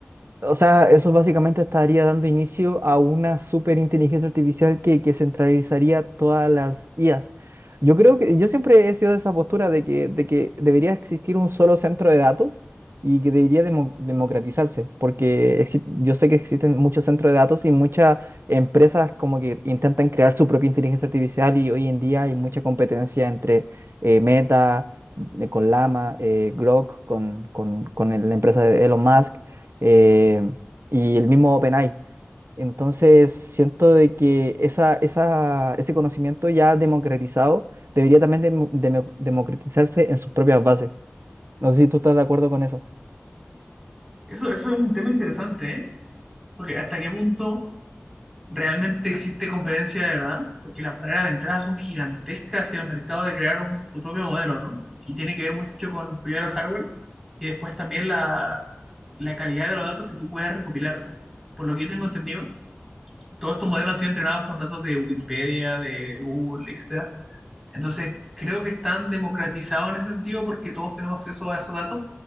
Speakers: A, on the right; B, in the centre.
A: O sea, eso básicamente estaría dando inicio a una superinteligencia artificial que, que centralizaría todas las IAs. Yo creo que yo siempre he sido de esa postura de que, de que debería existir un solo centro de datos y que debería demo- democratizarse, porque exi- yo sé que existen muchos centros de datos y muchas empresas como que intentan crear su propia inteligencia artificial y hoy en día hay mucha competencia entre eh, Meta, eh, con Llama, eh, Grok, con, con, con el- la empresa de Elon Musk eh, y el mismo OpenAI. Entonces, siento de que esa, esa, ese conocimiento ya democratizado debería también demo- demo- democratizarse en sus propias bases. No sé si tú estás de acuerdo con eso.
B: Eso, eso es un tema interesante, ¿eh? Porque hasta qué punto realmente existe competencia de verdad, porque las barreras de entrada son gigantescas hacia el mercado de crear un- tu propio modelo, ¿no? Y tiene que ver mucho con primero el hardware y después también la, la calidad de los datos que tú puedas recopilar. Por lo que yo tengo entendido, todos estos modelos han sido entrenados con datos de Wikipedia, de Google, etcétera. Entonces, creo que están democratizados en ese sentido porque todos tenemos acceso a esos datos.